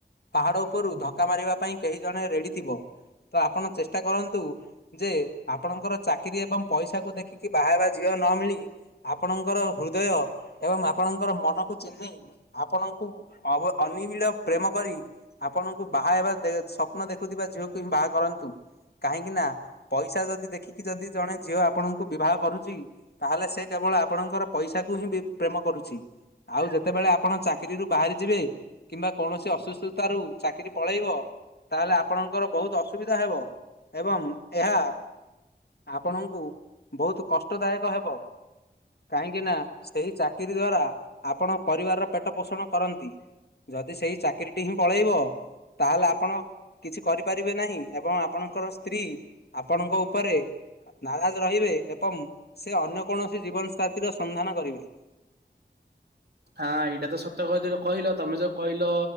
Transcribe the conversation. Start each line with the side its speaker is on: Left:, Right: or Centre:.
Left: ପାହାଡ ଉପରୁ ଧକ୍କା ମାରିବା ପାଇଁ କେହି ଜଣେ ରେଡି ଥିବ। ତ ଆପଣ ଚେଷ୍ଟା କର ନ୍ତୁ ଯେ ଆପଣଙ୍କର ଚାକିରି ଏବଂ ପଇସାକୁ ଦେଖିକି ବାହା ହେବା ଝିଅ ନ ମିଳି ଆପଣ ଆପଣଙ୍କର ହୃଦୟ ଏବଂ ଆପଣଙ୍କର ମନକୁ ଚିହ୍ନି ଆପଣଙ୍କୁ ଅବ ଅନିବିଳ ପ୍ରେମ କରି ଆପଣଙ୍କୁ ବାହା ହେବା ସ୍ୱପ୍ନ ଦେଖୁଥିବା ଝିଅକୁ ହିଁ ବାହା କରନ୍ତୁ। କାହିଁକି ନା ପଇସା ଯଦି ଦେଖିକି ଯଦି ଜଣେ ଝିଅ ଆପଣଙ୍କୁ ବିବାହ କରୁଛି ତାହେଲେ ସେ କେବଳ ଆ ଆପଣଙ୍କର ପଇସା କୁ ହିଁ ବି ପ୍ରେମ କରୁଛି। ଆଉ ଯେତେବେଳେ ଆପଣ ଚାକିରିରୁ ବାହାରି ଯିବେ କିମ୍ବା କୌଣସି ଅସୁସୁତା ରୁ ଚାକିରି ପଳେଇବ ତାହେଲେ ଆପଣଙ୍କର ବହୁତ ଅସୁବିଧା ହେବ ଏବଂ ଏହା ଆପଣଙ୍କୁ ବହୁତ କଷ୍ଟଦାୟକ ହେବ। କାହିଁକି ନା ସେହି ଚାକିରି ଦ୍ୱାରା ଆପଣ ପରିବାରର ପେଟ ପୋଷଣ କରନ୍ତି। ଯଦି ସେଇ ଚାକିରିଟି ହିଁ ପଳେଇବ ତାହେଲେ ଆପଣ କିଛି କରିପାରିବେ ନାହିଁ ଏବଂ ଆପଣ ଙ୍କର ସ୍ତ୍ରୀ ଆପଣଙ୍କ ଉପରେ ନାରାଜ ରହିବେ ଏବଂ ସେ ଅନ୍ୟ କୌଣସି ଜୀବନ ସାଥିର ସନ୍ଧାନ କରିବେ।
Right: ହଁ ଏଇଟା ତ ସତ କହିଥିଲ କହିଲ ତମେ ଯୋଉ କହିଲ